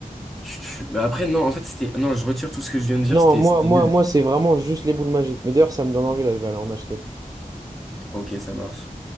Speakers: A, in the centre; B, on the right (about 25°).
A: tu, tu- Mais après, non, en fait, c'était. Non, je retire tout ce que je viens de dire,
B: Non,
A: c'était c'était
B: moi,
A: nul.
B: moi, moi, c'est vraiment juste les boules magiques. Mais d'ailleurs, ça me donne envie, là, je vais aller en acheter.
A: Ok, ça marche.